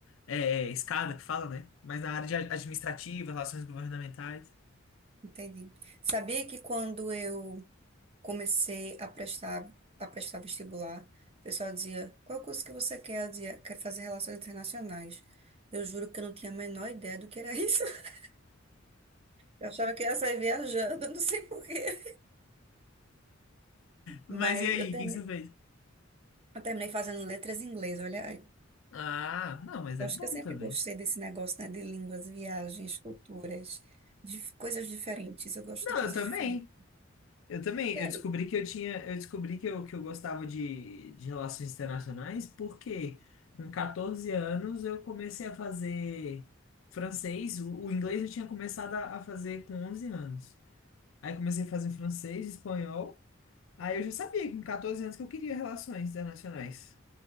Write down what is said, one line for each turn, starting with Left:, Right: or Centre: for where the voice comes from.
Left: é, é, escada que fala, né? Mas na área de a- administrativa, relações governamentais.
Right: Entendi. Sabia que quando eu comecei a prestar, a prestar vestibular. O pessoal dizia, qual curso que você quer? Eu dizia, quer fazer relações internacionais. Eu juro que eu não tinha a menor ideia do que era isso. <laughs> Eu achava que ia sair viajando, não sei por quê.
Left: Mas
Right: Mas
Left: e aí,
Right: eu terminei,
Left: o que que você fez?
Right: eu terminei fazendo letras em inglês, olha aí.
Left: Ah, não, mas
Right: Eu
Left: é
Right: acho
Left: bom
Right: que eu sempre
Left: também.
Right: gostei desse negócio, né, de línguas, viagens, culturas, de coisas diferentes. Eu gosto
Left: Não,
Right: de coisas
Left: eu também.
Right: diferentes.
Left: Eu também,
Right: Sério,
Left: eu descobri que eu tinha, eu descobri que eu, que eu gostava de, de relações internacionais porque com 14 anos eu comecei a fazer francês, o, o inglês eu tinha começado a, a fazer com 11 anos. Aí comecei a fazer francês, espanhol, aí eu já sabia que com 14 anos que eu queria relações internacionais.